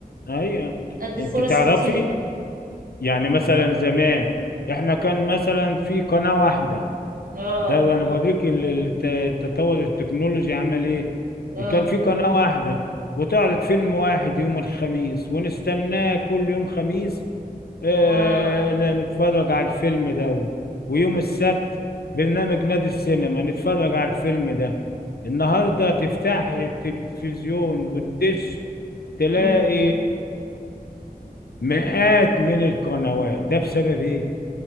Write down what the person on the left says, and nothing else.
ايوه
انت
تعرفي
يعني مثلا زمان احنا كان مثلا في قناة واحدة
ده انا بوريك ال- الت- التطور التكنولوجي عمل ايه
كان في قناة واحدة وتعرض فيلم واحد يوم الخميس ونستناه كل يوم خميس آه،
ن- نتفرج على الفيلم ده ويوم السبت برنامج نادي السينما نتفرج على الفيلم ده النهارده تفتح التلفزيون والدش تلاقي
مئات من القنوات ده بسبب ايه؟